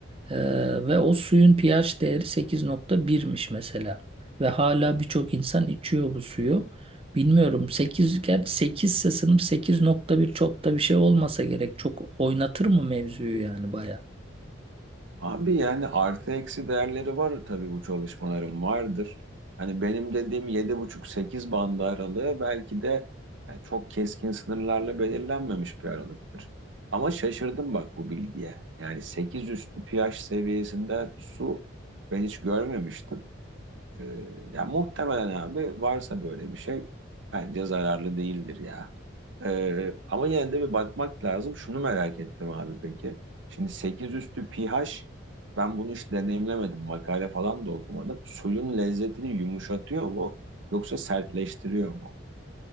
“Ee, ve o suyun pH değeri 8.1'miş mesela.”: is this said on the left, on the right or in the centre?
Right